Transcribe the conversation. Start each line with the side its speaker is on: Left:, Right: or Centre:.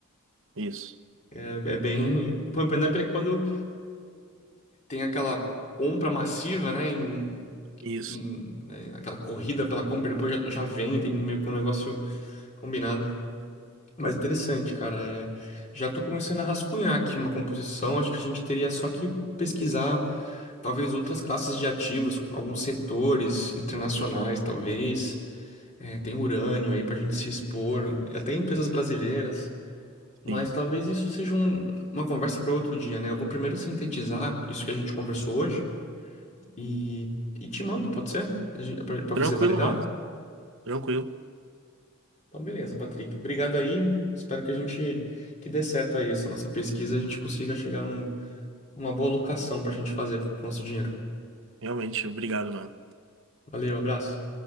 Right: isso,
Left: É, é bem. Pump and dump é quando tem aquela compra massiva, né? Em,
Right: isso,
Left: em- né, Aquela corrida pela compra e depois já, já vendem, meio que um negócio combinado. Mas interessante, cara. É, já tô começando a rascunhar aqui uma composição. Acho que a gente teria só que pesquisar. talvez outras classes de ativos, alguns setores internacionais, talvez. É, tem urânio aí para a gente se expor, até empresas brasileiras. Mas
Right: sim.
Left: talvez isso seja um- uma conversa para outro dia, né? Eu vou primeiro sintetizar isso que a gente conversou hoje e, e te mando, pode ser? Para você
Right: Tranquilo,
Left: validar?
Right: mano. Tranquilo.
Left: Então, beleza, Patrick. Obrigado aí. Espero que a gente que dê certo aí essa nossa pesquisa, a gente consiga chegar num, uma boa locação para a gente fazer pro nosso dinheiro.
Right: Realmente, obrigado, mano.
Left: Valeu, abraço.